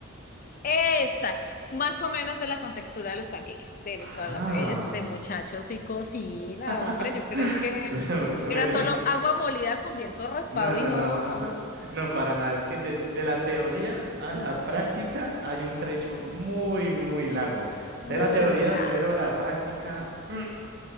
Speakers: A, on the left; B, on the right.
A: Exacto, más o menos de la contextura de los panqueques. Tienes
B: Ah.
A: toda la Este muchacho sí cocina,
B: <laughs>
A: hombre. Yo creí que
B: <laughs>
A: era solo agua molida con viento raspado
B: No,
A: y
B: no,
A: no,
B: no, <laughs> no, para nada. Es que de, de la teoría a la práctica hay un trecho muy, muy largo. Sé
A: muy
B: la teoría,
A: grande.
B: pero la práctica... mm.